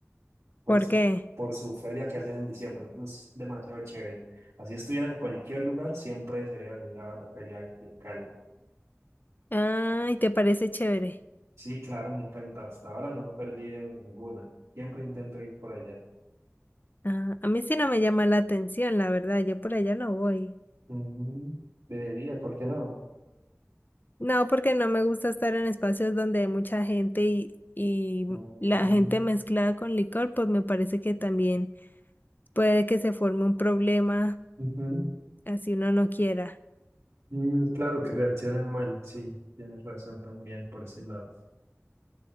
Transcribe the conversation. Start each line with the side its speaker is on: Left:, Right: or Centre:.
Right: por
Left: ¿Por
Right: su,
Left: qué?
Right: por su feria que hacen en diciembre. Eso Es demasiado chévere. Así estuviera en cualquier lugar, siempre sería venir a la feria de de Cali.
Left: Ay, ¿te parece chévere?
Right: Sí, claro, me encanta. Hasta ahora no me he perdido ninguna. Siempre intento ir por allá.
Left: Ah, a mí sí no me llama la atención, la verdad, yo por allá no voy.
Right: Mm, debería, ¿por qué no?
Left: No, porque no me gusta estar en espacios donde hay mucha gente y, y
Right: Mm,
Left: la gente mezclada con licor, pues me parece que también puede que se forme un problema
Right: ujú.
Left: así uno no quiera.
Right: Mm, claro que reaccionan mal, sí, tienes razón también por ese lado.